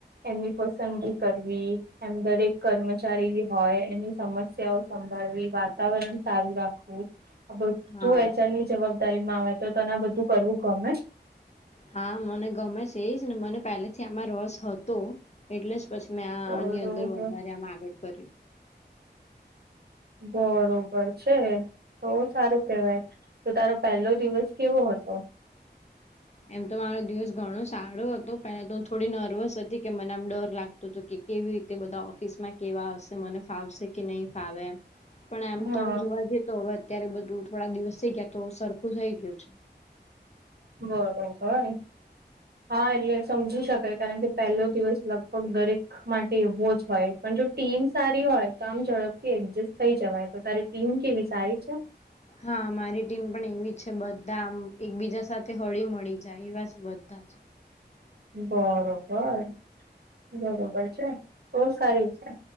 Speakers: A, on the right (about 65°); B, on the left (about 40°).
A: એમની પસંદગી કરવી એમ દરેક કર્મચારી હોય એની સમસ્યાઓ સંભાળવી વાતાવરણ સારું રાખવું આ બધું
B: હા
A: એચારની જવાબ માં આવે તો તને બધું કરવું ગમે?
B: હા મને ગમે છે એજ ને મને પહેલેથી આમાં રસ હતો. એટલે જ પછી મેં આ
A: બરોબર
B: આની અંદર વધારે આમ આગળ કર્યું
A: બરોબર છે તો સારું કેહેવાય તો તારો પહેલો દિવસ કેવો હતો? <inaudible> <inaudible>
B: એમ તો મારો દિવસ ઘણો સારો હતો પેલા તો હું થોડી નર્વસ હતી કે મને આમ ડર લાગતો હતો કે કેવી રીતે બધા ઓફિસ માં કેવા આવશે મને ફાવશે કે નહીિ ફાવેમ પણ આમ
A: હા
B: તો આમ જોવા જઈ તો હવે અત્યારે બધું થોડા દિવસ થઈ ગયા તો સરખું થઈ ગયું છે.
A: બરોબર. હા એટલે સમજી શકાય કારણ કે પહેલો દિવસ લગભગ દરેક માટે એવો જ હોય પણ જો ટીમ સારી હોય તો આમ ઝડપથી એક્જસ્ટ થઈ જવાય તો તારી એમ કેવી સારી છે?
B: હા મારી ટીમ પણ એવી છે બધા આમ એકબીજા સાથે હળી મળી જાય એવા બધા
A: બરોબર બરોબર છે બહ સારી છે